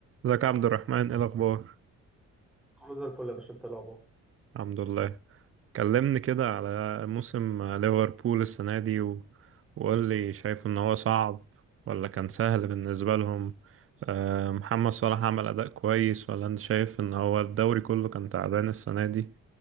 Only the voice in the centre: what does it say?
كله زي الفل يا باشا انت إيه الاخبار